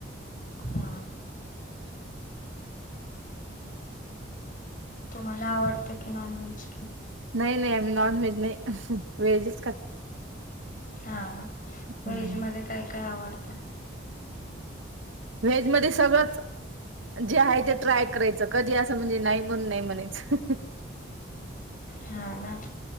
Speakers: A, on the left; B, on the right.
A: हां. तुम्हाला आवडतं की नॉनव्हेज?
B: नाही-नाही आम्ही नॉनव्हेज नाही. व्हेजच खातो.
A: हा व्हेज
B: हम्म.
A: मध्ये काय-काय आवडतं?
B: व्हेज मध्ये सगळंच. जे आहे ते ट्राय करायचं. कधी अस. म्हणजे नाही म्हनून नाही म्हणायचं.
A: हा. ना.